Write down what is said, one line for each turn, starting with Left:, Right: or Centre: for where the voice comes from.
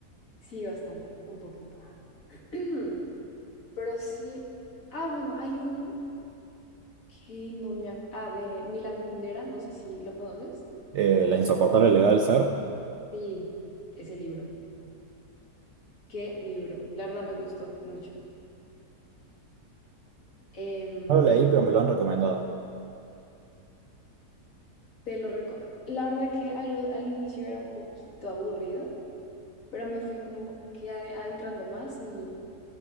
Left: sí, bastante, un poquito. <clears throat> Pero sí, ah, bueno, hay uno que no me... ac- Ah, de Milan Kundera, no sé si lo conoces.
Right: Eh, la
Left: o-
Right: insoportable levedad del ser.
Left: Sí, ese libro. ¿Qué libro? La verdad me gustó mucho. Em,
Right: No lo leí, pero me lo han recomendado.
Left: Te lo recuerdo. La verdad que al, al inicio era un poquito aburrido, pero me fui como que ade- adentrando más y